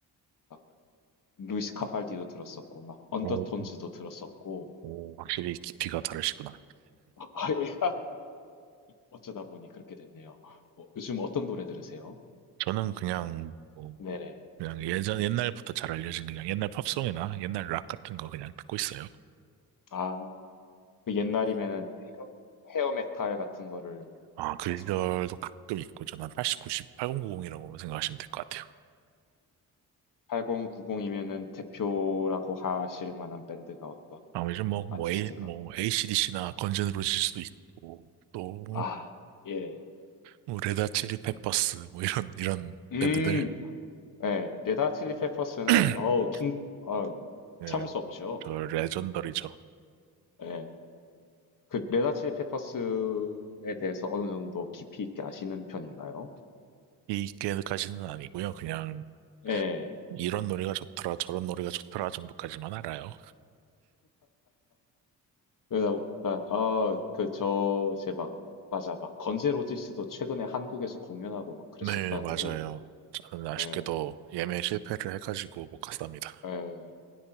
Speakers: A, on the left; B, on the right.
A: 막 루이스 카팔디도 들었었고 막 언더톤즈도
B: 오,
A: 들었었고
B: 오, 확실히 깊이가 다르시구나.
A: <laughs> 아예 어쩌다 보니 그렇게 됐네요. 어, 요즘 어떤 노래 들으세요?
B: 저는 그냥, 뭐,
A: 네네.
B: 그냥 예전, 옛날부터 잘 알려진 그냥 옛날 팝송이나 옛날 락 같은 거 그냥 듣고 있어요.
A: 아, 그 옛날이면은 헤어 메탈 같은 거를
B: 아, 그
A: 말씀하시죠.
B: 시절도 가끔 있고, 저는 80, 90, 8090이라고 생각하시면 될 것 같아요.
A: 8090이면은 대표라고 하실 만한 밴드가 어떤
B: 아, 요즘 뭐, 뭐,
A: 아티스트가.
B: A, 뭐, ACDC나 건전으로 질 수도 있고, 또,
A: 아, 예.
B: 뭐 레드 칠리 페퍼스
A: 음,
B: 뭐 이런 이런
A: 음,
B: 밴드들
A: 예. 레다 칠리 페퍼스는,
B: <clears throat>
A: 어우, 킹, 어
B: 네,
A: 참을 수 없죠.
B: 저 레전더리죠.
A: 예. 그 레다 칠리 페퍼스에 대해서 어느 정도 깊이 있게 아시는 편인가요?
B: 이게까지는 아니고요. 그냥
A: 예.
B: 이런 노래가 좋더라 저런 노래가 좋더라 정도까지만 알아요.
A: 그러다 보니까 아, 그 저 이제 막 맞아. 막 건재 로지스도 최근에 한국에서 공연하고 막 그랬었다고.
B: 네, 맞아요. 저는 아쉽게도
A: 예.
B: 예매 실패를 해가지고 못 갔답니다.
A: 예.